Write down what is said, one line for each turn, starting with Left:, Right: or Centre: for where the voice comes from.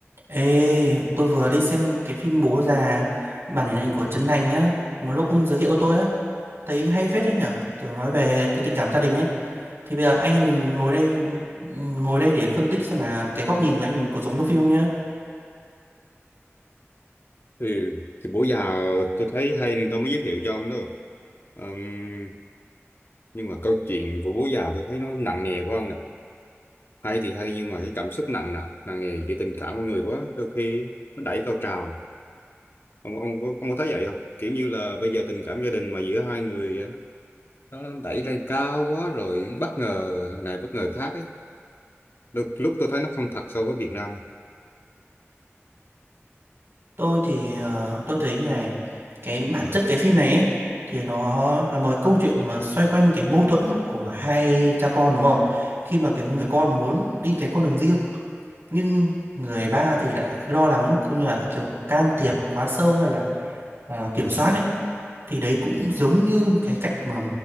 Right: Ê, tôi vừa đi xem cái phim Bố già bản hình ảnh của Trấn Thành á, mà lúc ông giới thiệu tôi á, thấy hay phết đấy nhở, kiểu nói về cái tình cảm gia đình ấy. Thì bây giờ anh em mình ngồi đây ngồi đây để phân tích xem là cái góc nhìn của anh em mình có giống trong phim không nhá.
Left: Ừ, thì bữa giờ tôi thấy hay nên tôi mới giới thiệu cho ông đó. Ừm, nhưng mà câu chuyện của bố già tôi thấy nó nặng nề quá ông nè. Hay thì hay nhưng mà cái cảm xúc nặng nặng, nặng nề về tình cảm của người quá, đôi khi nó đẩy cao trào. Ông ông có ông có thấy vậy không? Kiểu như là bây giờ tình cảm gia đình mà giữa hai người á, nó đẩy lên cao quá rồi bất ngờ này bất ngờ khác ấy. Đôi lúc tôi thấy nó không thật so với Việt Nam.
Right: Tôi thì ờ, tôi thấy như này, cái bản chất cái phim này ấy, thì nó là một cái câu chuyện mà xoay quanh cái mâu thuẫn của hai cha con đúng không? Khi mà cái người con muốn đi cái con đường riêng nhưng người ba thì lại lo lắng cũng như là kiểu can thiệp quá sâu hay là ờ, kiểm soát đấy thì đấy cũng giống như cái cách mà